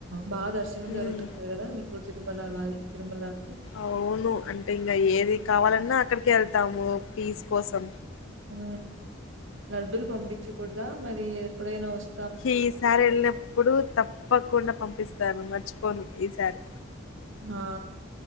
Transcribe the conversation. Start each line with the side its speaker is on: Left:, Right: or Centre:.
Right: బాగా దర్శనం జరుగుతుంది
Left: మ్
Right: కదా మీకు తిరుమల వరి తిరుమలకి
Left: అవును అంటే ఇంకా ఏది కావాలన్నా అక్కడికె వెళ్తాము పీస్ కోసం
Right: ఉ లడ్డులు పంపించకూడదా మరి ఎప్పుడైనా వస్
Left: ఈ సారి వెళ్ళినప్పుడు తప్పకుండా పంపిస్తాను మర్చిపోను ఈసారి
Right: ఆ